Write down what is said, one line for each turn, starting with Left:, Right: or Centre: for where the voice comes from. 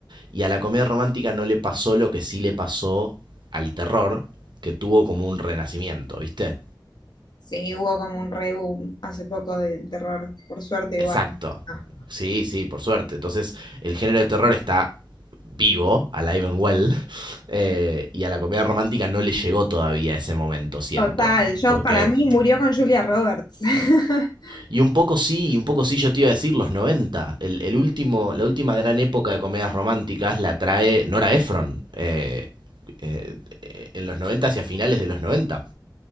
Right: Y a la comedia romántica no le pasó lo que sí le pasó al terror, que tuvo como un renacimiento, ¿viste?
Left: Sí, hubo como un reboom hace poco del terror, por suerte igual.
Right: Exacto.
Left: Ah,
Right: Sí, sí, por suerte. Entonces, el género de terror está vivo, alive and well, <laughs> eh, y a la comedia romántica no le llegó todavía ese momento, siento.
Left: Total, yo
Right: Porque
Left: para mí murió con Julia Roberts. <laughs>
Right: Y un poco sí, y un poco sí yo te iba a decir los noventa El, el último, la última gran época de comedias románticas la trae Nora Ephron eh, eh, eh, en los 90 hacia finales de los noventa